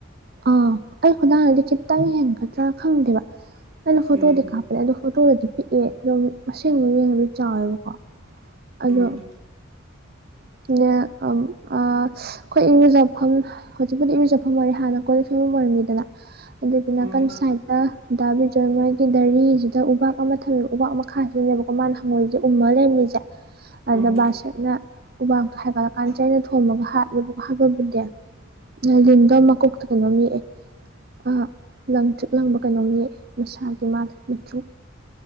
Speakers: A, on the right; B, on the right.
A: ꯑꯥ ꯑꯩ ꯈꯨꯗꯥꯡꯗꯥꯒꯤ ꯈꯤꯇꯪ ꯍꯦꯟꯒꯥꯗ꯭ꯔꯥ ꯈꯪꯗꯦꯕꯥ ꯑꯩꯅ ꯐꯣꯇꯣꯗꯤ
B: ꯎꯝ
A: ꯀꯥꯞꯄꯥ ꯑꯗꯣ ꯐꯣꯇꯣꯗꯗꯤ ꯄꯤꯛꯑꯦ ꯑꯗꯣ ꯑꯁꯦꯡꯕꯥ ꯌꯦꯡꯉꯗꯤ ꯆꯥꯎꯋꯦꯕꯀꯣ꯫ ꯑꯗꯣ
B: ꯎꯝ
A: <unintelligible> ꯑꯝ ꯑꯥ ꯑꯩꯈꯣꯏ ꯏꯔꯨꯖꯐꯝ ꯍꯧꯖꯤꯛꯄꯨꯗꯤ ꯏꯔꯨꯖꯐꯝ ꯑꯣꯏꯔꯦ ꯍꯥꯟꯅ ꯀꯣꯂꯤꯛ ꯐ°ꯡꯐꯝ ꯑꯣꯏꯔꯝꯃꯤꯗꯅꯥ꯫ ꯑꯗꯨꯢꯗꯨ ꯅꯥꯀꯟ
B: ꯎꯝ
A: ꯁꯥꯏꯠ ꯗꯥ ꯗꯥ ꯕꯤꯆꯝ ꯍꯣꯏꯒꯤ ꯗꯥꯔꯤꯁꯤꯗ ꯎꯄꯥꯛ ꯑꯃ ꯊꯝꯃꯦꯕ ꯎꯄꯥꯛ ꯃꯈꯥꯁꯤꯗꯅꯦꯕ ꯃꯥꯅ ꯍꯪꯉꯣꯏꯁꯦ ꯎꯝꯃꯥ ꯂꯩꯔꯝꯃꯤꯁꯦ
B: ꯎꯝ
A: ꯑꯗ ꯕꯥꯁꯔꯠꯅ ꯎꯕꯥꯛꯇꯣ ꯍꯥꯏꯒꯠꯂꯀꯥꯟꯗ ꯆꯩꯩꯥꯅ ꯊꯣꯝꯃꯒ ꯍꯥꯠꯂꯦꯕꯀꯣ ꯍꯥꯠꯄꯕꯨꯗꯤ ꯂꯤꯟꯗꫭ ꯃꯀꯣꯛꯇ ꯀꯩꯅꯣꯝ ꯌꯦꯛꯑꯦ ꯑ ꯂꯪꯇ꯭ꯔꯤꯛ ꯂꯪꯕ ꯀꯩꯅꯣꯝ ꯌꯦꯛꯑꯦ ꯃꯁꯥꯒꯤ ꯃꯥꯜꯂꯦ ꯃꯨꯁꯨꯛ